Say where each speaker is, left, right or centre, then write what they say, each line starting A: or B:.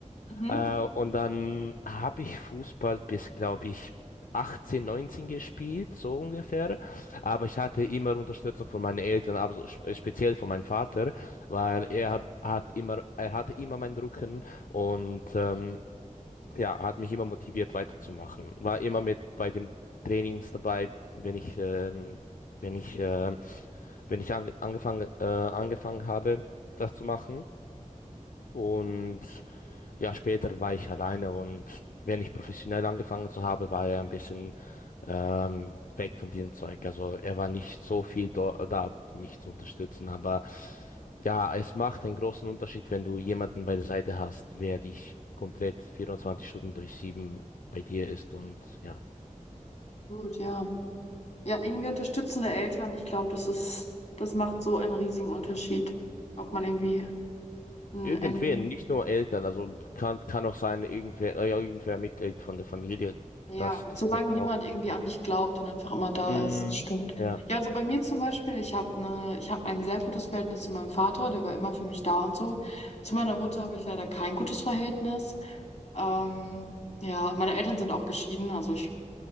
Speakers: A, on the left; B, on the left.
A: Mhm.
B: Äh, und dann habe ich Fußball bis, glaube ich, 18, 19 gespielt, so ungefähr. Aber ich hatte immer Unterstützung von meinen Eltern, aber so spe- speziell von meinem Vater, weil er hat, hat immer, er hatte immer meinen Rücken und ähm, ja, hat mich immer motiviert weiterzumachen. War immer mit bei den Trainings dabei, wenn ich, ähm, wenn ich, äh, wenn ich ange angefangen, äh, angefangen habe, das zu machen. Und ja, später war ich alleine und wenn ich professionell angefangen zu habe, war er ein bisschen ähm, weg von diesem Zeug. Also er war nicht so viel do- da, mich zu unterstützen. Aber ja, es macht einen großen Unterschied, wenn du jemanden bei der Seite hast, wer dich komplett 24 Stunden durch sieben bei dir ist und ja.
A: Gut, ja. Ja, irgendwie unterstützende Eltern. Ich glaube, das ist, das macht so einen riesigen Unterschied, ob man irgendwie ein,
B: Irgendwen,
A: ein
B: nicht nur Eltern, also kann, kann auch sein, irgendwer, äh, irgendwer Mitglied von der Familie,
A: Ja,
B: das, das
A: solange
B: geht auch.
A: jemand irgendwie an dich glaubt und einfach immer da
B: Mm,
A: ist, das stimmt.
B: ja.
A: Ja, also bei mir zum Beispiel, ich habe ne, ich habe ein sehr gutes Verhältnis zu meinem Vater, der war immer für mich da und so. Zu meiner Mutter habe ich leider kein gutes Verhältnis. Ähm, ja, meine Eltern sind auch geschieden, also ich,